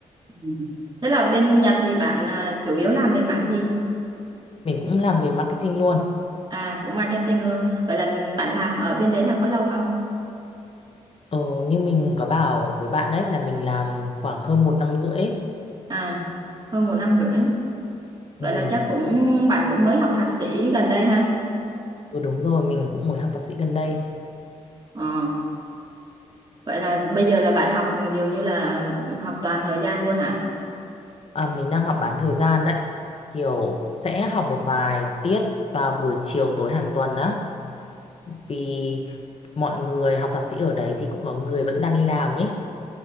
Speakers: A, on the right; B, on the left.
A: Ừ. Thế là bên Nhật thì bạn ờ, chủ yếu làm về mảng gì?
B: Mình cũng làm về marketing luôn.
A: À cũng marketing luôn. Vậy là bạn làm ở bên đấy là có lâu không?
B: Ờ, như mình có bảo với bạn đấy là mình làm khoảng hơn một năm rưỡi ấy.
A: À hơn một năm rưỡi.
B: Ừ.
A: Vậy là chắc cũng bạn cũng mới học thạc sĩ gần đây ha?
B: ừ, đúng rồi, mình cũng mới học thạc sĩ gần đây.
A: Ờ. Vậy là bây giờ là bạn học dường như là học toàn thời gian luôn hả?
B: À, mình đang học bán thời gian đấy. Kiểu sẽ học một vài tiết vào buổi chiều tối hàng tuần á. Vì mọi người học thạc sĩ ở đấy thì cũng có người vẫn đang đi làm ấy.